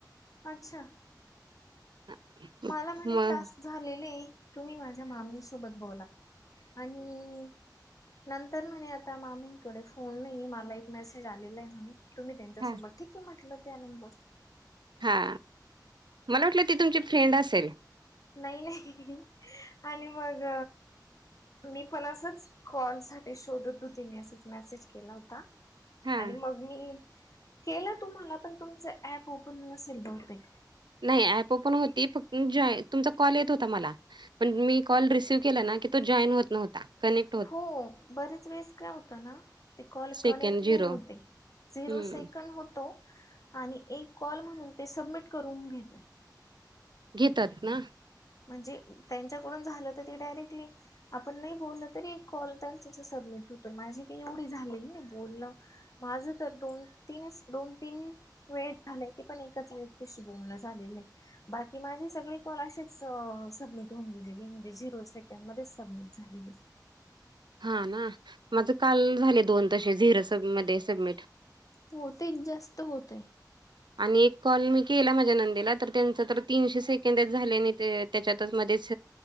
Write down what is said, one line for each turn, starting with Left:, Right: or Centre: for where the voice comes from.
Left: अच्छा!
Right: <unintelligible>
Left: माला म्हणे,
Right: मग
Left: टास्क झालेले. तुम्ही माझ्या मामीसोबत बोला. आणि नंतर म्हणे, आता मामीकडे फोन नाही. मला एक मेसेज आलेलाय, म्हणे. तुम्ही त्यांच्यासोबत.
Right: हा
Left: ठीकय, म्हटलं. दया नंबर.
Right: हा. मला वाटलं, ती तुमची फ्रेंड असेल.
Left: नाही, नाही. <unintelligible> आणि मग मी पण असच, कॉल साठी शोधत होती. मी असच मेसेज केला होता.
Right: हा
Left: आणि मग मी केलं तुम्हाला. पण तुमचं, ऍप ओपन नसेल बहुतेक.
Right: नाही, ऍप ओपन होती. फ जॉ तुमचा कॉल येत होता मला. पण मी कॉल रिसीव्ह केला ना की तो जॉईन होत नव्हता. कनेक्
Left: हो. बरेच वेळेस, काय होतं ना? ते कॉल
Right: सेकंड
Left: कनेक्ट नाही
Right: झिरो
Left: होते. झिरो
Right: हम्म
Left: सेकंड होतो. आणि एक कॉल म्हणून, ते सबमिट करून घेतय.
Right: घेतात ना?
Left: म्हणजे, त्यांच्याकडून झालं तर ते, डायरेक्टली आपण नाही बोललं तरी, एक कॉल त्यांचं असं सबमिट होतो. माझी काही एवढी झालेली नाही बोलणं. माझं तर, दोन - तीनच, दोन- तीन वेळ झालाय. ती पण एकच व्यक्तीशी बोलणं झालेलंय. बाकी माझी सगळी कॉल अशीच स सबमिट होऊन गेलेली. म्हणजे, झिरो सेकंड मध्येच सबमिट झालेले.
Right: हा, ना. माझं काल झाले दोन तसे, झिरो सब मध्ये सबमिट.
Left: हो, तेच जास्त होतयं.
Right: आणि एक कॉल मी केला माझ्या नंदेला. तर त्यांच तर, तीनशे सेकंडचं झाले नाही ते त्याच्यातच मध्येच,